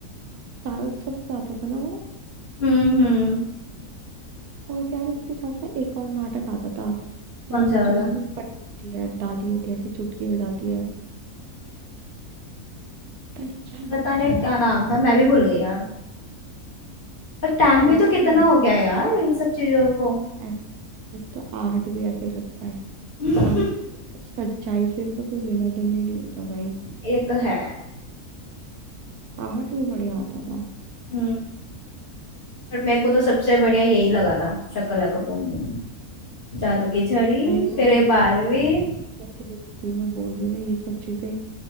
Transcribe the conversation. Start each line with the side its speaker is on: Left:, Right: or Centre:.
Right: स्टार उत्सव से आता था ना वो
Left: हम्म हम्म
Right: और यार उसके साथ ना एक और नाटक आता था अरे
Left: कौन
Right: वो
Left: सा
Right: जो
Left: वाला
Right: इसमें परी होती है दादी होती है ऐसे चुटकी बजाती है पता नहीं क्या नाम
Left: पता
Right: होता
Left: नहीं
Right: है यार
Left: क्या
Right: उसका
Left: नाम था मैं भी भूल गई यार पर
Right: उसके
Left: टाइम
Right: साथ
Left: भी तो कितना
Right: ही आता
Left: हो गया यार इन सब चीजों को
Right: है ऐसे फिर तो आहट भी ऐसे ही लगता है
Left: <laughs>
Right: अन, सच्चाई से इनका कोई लेना देना ही नहीं होता भाई
Left: ये तो है
Right: आहट भी बढ़िया आता था
Left: हम्म पर मेरे
Right: हाँ,
Left: को तो सबसे बढ़िया यही लगा था शक्ला का बूम बूम जादू की झड़ी
Right: भाई पर
Left: फिर
Right: ये
Left: ये
Right: सब
Left: बालवीर
Right: चीजें सच्ची नहीं होती मैं बोल रही हूँ ना ये सब चीजें